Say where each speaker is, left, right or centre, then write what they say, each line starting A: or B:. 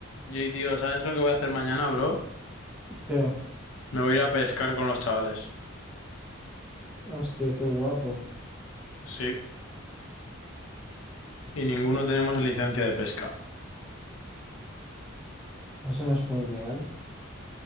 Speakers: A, on the left (about 75°); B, in the centre.
A: Jay, tío, ¿sabes lo que voy a hacer mañana, bro?
B: Sí,
A: Me voy a ir a pescar con los chavales.
B: hostia, qué guapo.
A: Sí, y ninguno tenemos licencia de pesca.
B: Eso no es como ilegal.